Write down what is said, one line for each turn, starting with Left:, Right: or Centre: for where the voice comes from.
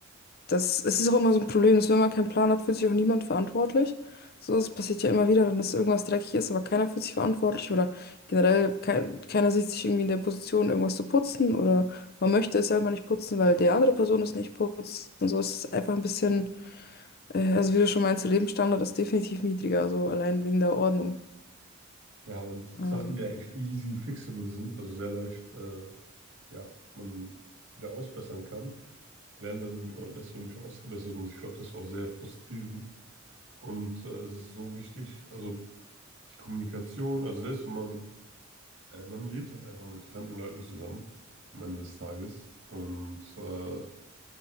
Left: das, es ist auch immer so ein Problem, dass wenn man keinen Plan hat, fühlt sich auch niemand verantwortlich. So, das passiert ja immer wieder, dann dass irgendwas dreckig ist, aber keiner fühlt sich verantwortlich oder generell ke keiner sieht sich irgendwie in der Position, irgendwas zu putzen oder man möchte es selber nicht putzen, weil die andere Person es nicht putzt. Und so ist es einfach ein bisschen, äh, also wie du schon meinst, der Lebensstandard ist definitiv niedriger, so allein wegen der Ordnung.
Right: Ja, und Sachen,
Left: Ähm,
Right: die eigentlich easy fixable sind, also sehr leicht, äh, ja, man wieder ausbessern kann, werden dann genau deswegen nicht ausgebessert. Und ich glaube, das ist auch sehr frustrierend. Und äh, es ist so wichtig, also die Kommunikation, also selbst wenn man, äh, man lebt halt einfach mit fremden Leuten zusammen am Ende des Tages. Und äh,